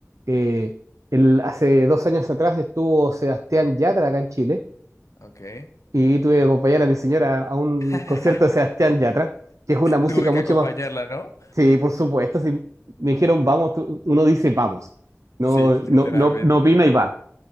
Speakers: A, on the right; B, on the left.
A: eh, el- hace dos años atrás estuvo Sebastián Yatra acá en Chile
B: ok.
A: y tuve que acompañar a mi señora a un
B: <laughs>
A: concierto de Sebastián Yatra, que es una música
B: Tuve
A: mucho
B: que acompañarla,
A: más...
B: ¿no?
A: Sí, por supuesto, si me dijeron vamos, tú- uno dice vamos, no,
B: Sí, literalmente.
A: no, no, no opina y va